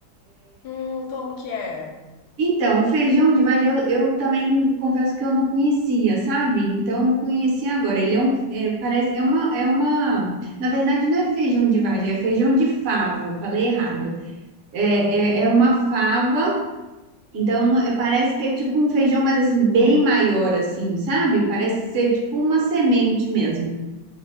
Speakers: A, on the left; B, on the right.
A: Hum, como que é?
B: Então, o feijão de vagem eu, eu também confesso que eu não conhecia, sabe? Então, eu conheci agora. Ele é um, é, parece, é uma, é uma, na verdade não é feijão de vagem, é feijão de fava, falei errado. É,
A: Hum,
B: é, é uma fava, então não- é- parece que é tipo um feijão, mas assim, bem maior, assim, sabe? Parece ser tipo uma semente mesmo.